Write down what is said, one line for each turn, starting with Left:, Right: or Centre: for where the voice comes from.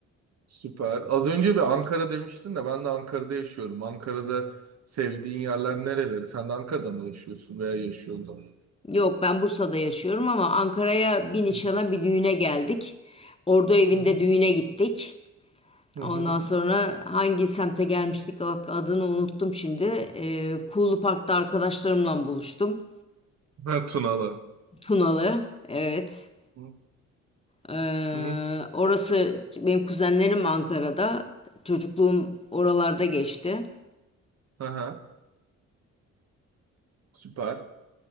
Right: Süper. Az önce bir Ankara demiştin de ben de Ankara'da yaşıyorum. Ankara'da sevdiğin yerler nereleri? Sen de Ankara'da mı yaşıyorsun veya yaşıyordun?
Left: Yok ben Bursa'da yaşıyorum ama Ankara'ya bir nişana
Right: Hı
Left: bir düğüne geldik. Ordu evinde
Right: hı.
Left: düğüne gittik.
Right: Hı hı.
Left: Ondan sonra hangi semte gelmiştik bak adını unuttum şimdi. Ee, Kuğulu Park'ta arkadaşlarımla buluştum.
Right: Ha, Tunalı.
Left: Tunalı. Evet.
Right: Hı
Left: Ee,
Right: hı.
Left: orası benim kuzenlerim Ankara'da. Çocukluğum oralarda geçti.
Right: Aha, süper.